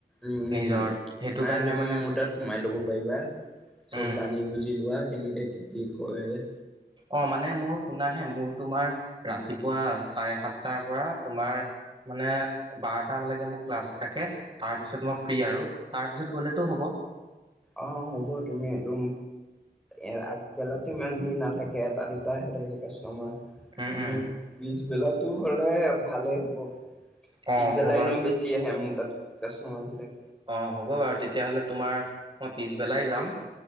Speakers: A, in the centre; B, on the right.
A: উম উম
B: নিজৰ সেইটো
A: নাই
B: কাৰণে
A: তুমি
B: মানে
A: মোৰ তাত সোমাই ল'ব পাৰিবা। চব
B: উম
A: জানি বুজি লোৱা কেনেকে কি কৰে।
B: অ' মানে মোৰ শুনা হা। মোৰ তোমাৰ ৰাতিপুৱা চাৰে সাতটাৰ পৰা তোমাৰ। মানে বাৰটামালৈকে মোৰ ক্লাছ থাকে তাৰপিছত মই ফ্ৰী আৰু। তাৰপিছত গ'লেতো হ'ব?
A: অ' অ'হ হ'ব। তুমি এদুম এ য়া আগবেলাতো ইমান ভিৰ নাথাকে। এটা-দুটাহে থাকে কাষ্টমাৰ।
B: উম
A: তুমি
B: উম
A: পিছবেলাটো হ'লে ভালেই হ'ব। পিছবেলা
B: অ হ'ব বাৰু
A: এনেও বেছি বেছি আহে, মোৰ তাত কাষ্টমাৰবিলাক।
B: অ' হ'ব বাৰু। তেতিয়াহ'লে তোমাৰ, মই পিছবেলাই যাম।